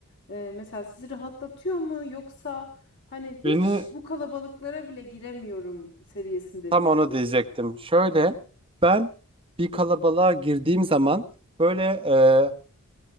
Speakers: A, on the left; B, on the right.
A: e, mesela sizi rahatlatıyor mu yoksa hani hiç
B: Beni
A: bu kalabalıklara bile giremiyorum seviyesinde
B: tam
A: miyiz
B: onu
A: biz?
B: diyecektim. Şöyle ben bir kalabalığa girdiğim zaman böyle e,